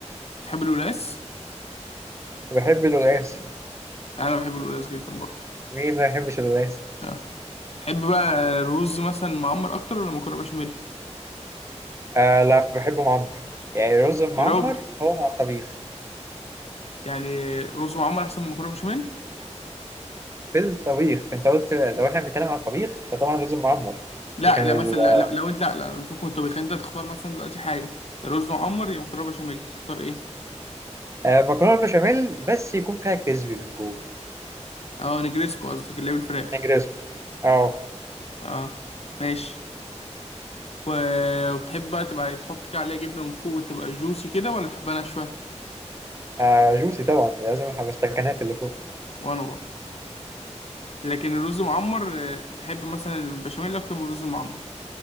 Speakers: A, on the left; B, on the right.
A: تحب القلقاس؟
B: بحب القلقاس
A: أنا بحب القلقاس جدا برضه
B: مين ما يحبش القلقاس؟
A: آه. تحب بقى الرز مثلا معمر أكتر ولا مكرونة بشاميل؟
B: آه لا بحبه معمر يعني الرز المعمر
A: يا راجل
B: هو مع الطبيخ
A: يعني رز معمر أحسن من مكرونة بشاميل؟
B: في الطبيخ انت قلت لو احنا بنتكلم على الطبيخ فطبعا الرز المعمر
A: لا
B: لكن ال-
A: لا مثلا لا لا لو أنت لا لا فوق من الطبيخ أنت تختار مثلا دلوقتي حاجة يا رز معمر يا مكرونة بشاميل تختار إيه؟
B: آه، المكرونة البشاميل بس يكون فيها كريسبي من جوه
A: أه نجريسكو قصدك اللي هي بالفراخ
B: نجريسكو اه
A: أه ماشي و- وتحب بقى تبقى تحط كده عليها جبنة من فوق وتبقى جوسي كده ولا تحبها ناشفة
B: آه، جوسي طبعا لازم الحبشتكنات اللي فوق
A: وأنا برضه لكن الرز المعمر آه، تحب مثلا البشاميل أكتر من الرز المعمر